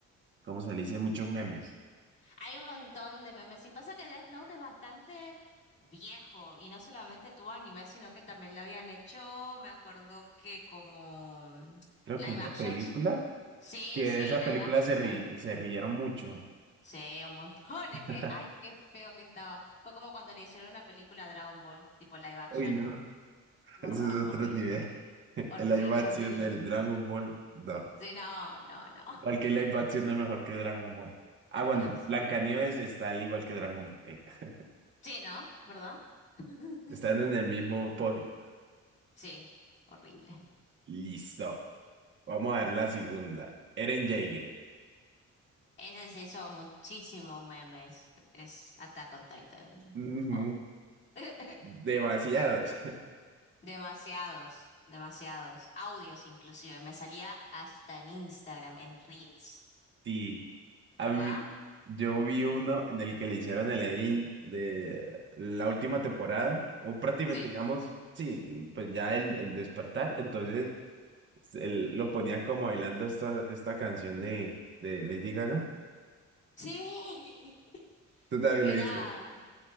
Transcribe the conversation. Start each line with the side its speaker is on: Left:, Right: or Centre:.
Right: ¿cómo se le dice? Muchos memes.
Left: hay un montón de memes. Y pasa que Death Note es bastante viejo y no solamente tuvo anime, sino que también lo habían hecho, me acuerdo que como mm,
Right: Creo
Left: live
Right: que una
Left: actions.
Right: película,
Left: Sí,
Right: que de
Left: sí,
Right: esa
Left: live
Right: película
Left: actions
Right: se, ri-
Left: también.
Right: se rieron mucho.
Left: Sí, un montón. <laughs>
Right: <laughs>
Left: Es que, ay, qué feo que estaba. Fue como cuando le hicieron la película Dragon Ball, tipo live action,
Right: Uy, no.
Left: ¿verdad?
Right: Eso es otro
Left: Horrible.
Right: nivel. <laughs>
Left: Horrible,
Right: La animación
Left: horrible.
Right: del Dragon Ball. No.
Left: Sí, no, no, no. <laughs>
Right: Cualquier live action es mejor que Dragon Ball. Ah, bueno,
Left: Ay, sí.
Right: Blancanieves está al igual que Dragon Ball. ok. <laughs>
Left: Sí, ¿no? ¿Verdad? <laughs>
Right: Están en el mismo podio.
Left: Sí, horrible.
Right: Listo. Vamos a ver la segunda. Eren Jaeger.
Left: Ese se hizo muchísimos memes. Es Attack on Titan,
Right: Ujú.
Left: por favor. <laughs>
Right: Demasiados. <laughs>
Left: Demasiados, demasiados. Audios inclusive. Me salía hasta en Instagram, en Reels,
Right: Sí. A
Left: ¿verdad?
Right: mí, yo vi uno en el que le hicieron el edit de la última temporada, o prácticamente,
Left: Sí.
Right: digamos, sí, pues ya el, el despertar. Entonces, el- lo ponían como bailando esta, esta canción de, de Lady Gaga.
Left: Sí. <laughs>
Right: ¿Tú también
Left: Era,
Right: lo viste?